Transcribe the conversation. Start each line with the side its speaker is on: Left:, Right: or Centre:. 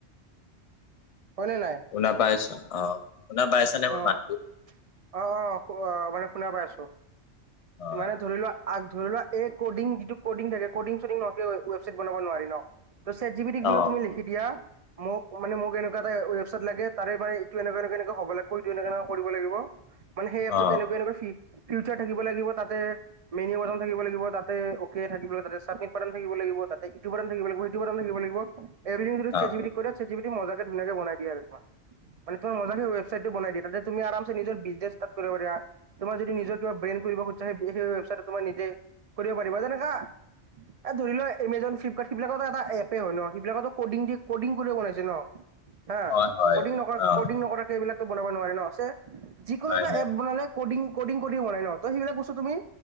Right: হয়নে নাই।
Left: শুনা পাইছো অ শুনা পাইছা নে মোৰ
Right: অ'
Left: মাত
Right: অ, অ, অ মানে শুনা পাই আছো।
Left: অ
Right: মানে ধৰি লোৱা আগ ধৰি লোৱা এই কডিং যিটো কডিং থাকে কডিং চডিং নহৱাকে ৱেবাইট বনাব নোৱাৰি ন ত চেট জি পি টিত
Left: অ
Right: যদি তুমি লিখি দিয়া মোক মানে মোক এনকা এটা ৱেবচাইট লাগে তাৰে মানে এটো এনকা এনকা এনকা হব লাগব এটো এনকা এনকা কৰিব লাগিব। মানে সেই এপটোত
Left: অ
Right: এনেকুৱা এনেকুৱা ফি ফিউচাৰ থাকিব লাগিব তাতে মেনিউ বাটাম থাকিব লাগিব তাতে অকে থাকিব লাগিব তাতে চাবমিট বাটাম থাকিব লাগিব তাতে ইটো বাটাম থাকিব লাগিব সিটো বাটাম থাকিব লাগিব এভৰিথিং যদি চেট
Left: অ',
Right: জি পি টিক কৈ দিয়া চেট জি পি টিয়ে মজাকে ধুনীয়াক বনাই দিয়ে আৰু তোমাৰ মানে তোমা মজাকে ৱেবছাইটো বনাই দিয়ে তাতে তুমি আৰামছে নিজৰ বিজ নিজে স্টপ কৰিব দিয়া তোমাৰ যদি নিজৰ কিবা ব্ৰেন কৰিব খুজিছা সেই <unintelligible> ৱেবচাইদত তোমাৰ নিজে কৰিব পাৰিবা যেনেকা এ ধৰি লোৱা এমেজন ফ্লিপকাৰ্ট সেইবিলাকতো এটা এপে হয় ন সেইবিলাকতো কডিং দি কডিং কৰি বনাইছে ন। হা
Left: হয় হয়
Right: কডিং নকৰা
Left: অ
Right: কডিং নকৰাকে এইবিলাকো বনাব নোৱাৰে ন চে যিকোনো
Left: নাই
Right: এটা
Left: নাই
Right: এপ বনালে কডিং কডিং কৰি বনাই ন ত সেইবিলাক বস্তু তুমি